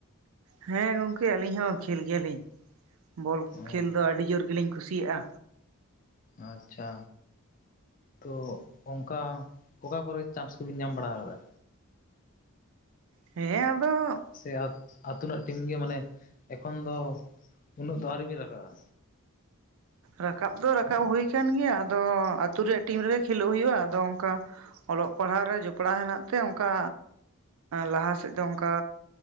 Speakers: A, on the right (about 70°); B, on the left (about 35°).
A: ᱦᱮᱸ ᱜᱚᱝᱠᱮ ᱟᱹᱞᱤᱧ ᱦᱚᱸ ᱠᱷᱮᱞ ᱜᱮᱭᱟᱞᱤᱧ ᱵᱳᱞ
B: ᱚ
A: ᱠᱷᱮᱞ ᱫᱚ ᱟᱹᱰᱤ ᱡᱳᱨ ᱜᱮᱞᱤᱧ ᱠᱩᱥᱤᱭᱟᱜᱼᱟ
B: ᱟᱪᱷᱟ ᱛᱚ ᱚᱱᱠᱟ ᱚᱠᱟ ᱠᱚᱨᱮ ᱪᱟᱱᱥ ᱠᱚᱵᱤᱱ ᱧᱟᱢ ᱵᱟᱲᱟ ᱟᱠᱟᱫᱟ
A: ᱦᱮᱸ ᱟᱫᱚ
B: ᱥᱮᱭᱚᱛ, ᱟᱛᱳᱱᱟᱜ ᱴᱤᱢ ᱜᱮ ᱢᱟᱱᱮ ᱮᱠᱷᱚᱱ ᱫᱚ ᱩᱱᱟᱹᱜ ᱫᱚ ᱟᱹᱣᱨᱤᱵᱤᱱ ᱨᱟᱠᱟᱵᱼᱟ᱾
A: ᱨᱟᱠᱟᱵ ᱫᱚ ᱨᱟᱠᱟᱵ ᱦᱩᱭ ᱟᱠᱟᱱ ᱜᱮᱭᱟ ᱟᱫᱚ ᱟᱹᱛᱩ ᱨᱮᱭᱟᱜ ᱴᱤᱢ ᱨᱮᱜᱮ ᱠᱷᱮᱞᱳᱜ ᱦᱩᱭᱩᱜᱼᱟ᱾ ᱟᱫᱚ ᱚᱝᱠᱟ ᱚᱞᱚᱜ ᱯᱟᱲᱦᱟᱜ ᱨᱮ ᱡᱚᱯᱲᱟᱣ ᱦᱮᱱᱟᱜ ᱛᱮ ᱚᱝᱠᱟ ᱞᱟᱦᱟ ᱥᱮᱫ ᱫᱚ ᱚᱝᱠᱟ